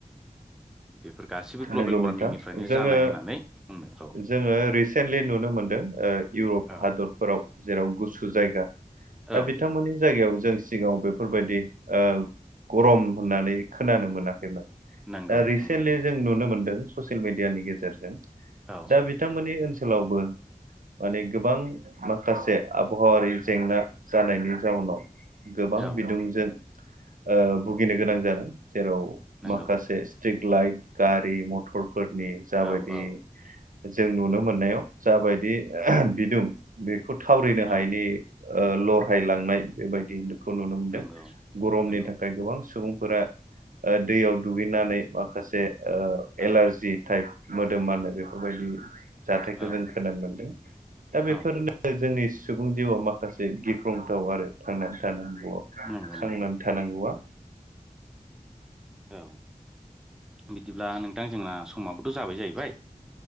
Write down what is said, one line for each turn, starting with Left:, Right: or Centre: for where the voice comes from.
Centre: बेफोर गासिबो ग्लबेल
Right: नंगौ
Centre: वार्मिंनिफ्रायनो
Right: नोंथां जोङो
Centre: जानाय होननानै बुंनो
Right: जोङो रिसेन्टलि नुनो मोनदों इउरप
Centre: औ
Right: हादरफोराव जेराव गुसु जायगा दा
Centre: औ
Right: बिथांमोननि जायगायाव जों सिगाङाव बेफोरबायदि ओ गरम होननानै खोनानो मोनाखैमोन दा
Centre: नंगौ
Right: रिसेन्टलि
Centre: नंगौ
Right: जों नुनो मोनदों ससियेल मिडियानि गेजेरजों
Centre: औ
Right: दा बिथांमोननि ओनसोलावबो माने गोबां माखासे आबहावारि जेंना जानायनि जाउनाव गोबां
Centre: औ
Right: बिदुंजों ओ भुगिनो गोनां जादों जेराव
Centre: नंगौ
Right: माखासे स्ट्रिक लाइट गारि मथरफोरनि जाबायदि
Centre: औ औ
Right: जों नुनो मोननायाव जाबायदि ओह बिदुं बेखौ थावरिनो हायैनि
Centre: औ
Right: लरहायलांनाय बेबायदिखौ नुनो मोनदों
Centre: नंगौ
Right: गरमनि
Centre: नंगौ
Right: थाखाय गोबां सुबुं फोरा दैयाव दुगैनानै माखासे ओ
Centre: औ
Right: एलारजि टाइप मोदोमबानो बेफोरबायदि जाथायखौ
Centre: औ
Right: जों खोनानो मोनदों। दा बेफोरनो
Centre: औ
Right: जोंनि सुबुं जिउआव माखासे गिख्रुंथाव आरो थांनानै थानांगौ
Centre: नंगौ
Right: थांनानै
Centre: नोंथां
Right: थानांगौआ
Centre: औ <inaudible> बिदिब्ला नोंथां जोंना समाबोथ' जाबाय जाहैबाय।